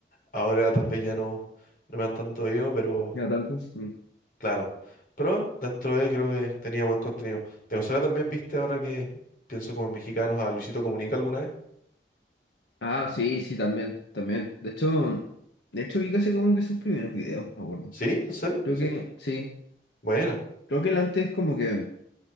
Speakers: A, on the left (about 50°); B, on the left (about 80°).
A: Ahora tal vez ya no, no me dan tanto video, pero
B: Ya tanto. mm.
A: claro. Pero dentro de él creo que tenía buen contenido. ¿De casualidad también viste ahora que pienso como en mexicanos a Luisito Comunica alguna vez?
B: Ah, sí, sí, también, también. De hecho, de hecho vi casi como que sus primeros videos, me acuerdo.
A: ¿Sí? ¿En serio?
B: Creo
A: ¿Sí?
B: que, sí.
A: Bueno,
B: Creo que él antes como que